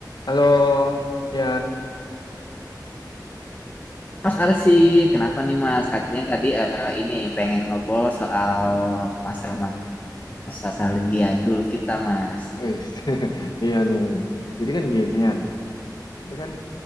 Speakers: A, on the left; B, on the left.
A: Halo, Yan.
B: Mas Arsi, kenapa nih Mas? Katanya tadi eh, ini pengen ngobrol soal masa-masa nostalgia dulu kita Mas.
A: Wis, <laughs> iya nih. Jadi kan gini Yan. ini kan